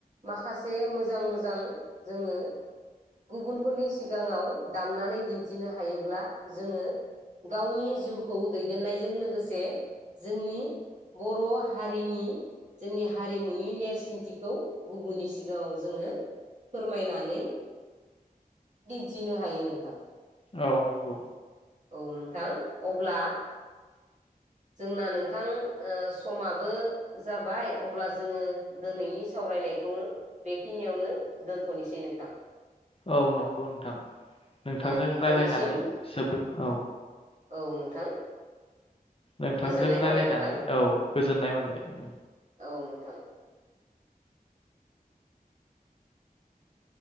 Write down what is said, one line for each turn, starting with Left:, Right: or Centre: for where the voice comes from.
Right: माखासे मोजां मोजां जोङो गुबुनफोरनि सिगाङाव दामनानै दिन्थिनो हायोब्ला जोङो गावनि जिउखौ दैदेननायजों लोगोसे जोंनि बर' हारिनि जोंनि हारिमुनि नेरसोन्थिखौ गुबुननि सिगाङाव जोङो फोरमायनानै दिन्थिनो हायो नोंथां।
Left: औ नंगौ।
Right: औ नोंथां अब्ला जोंना नोंथां ओ समाबो जाबाय अब्ला जोङो दोनैनि सावरायनायखौनो बे खिनियावनो दोनथ'नोसै नोंथां।
Left: औ नंगौ नोंथां नोंथांजों
Right: औ नोंथांनिसिम
Left: रायज्लायनानै जोबोद औ।
Right: औ नोंथां।
Left: नोंथांजों
Right: गोजोननाय
Left: रायलायनानै
Right: थाबाय नोंथां
Left: औ गोजोननाय मोनबाय।
Right: औ नोंथां।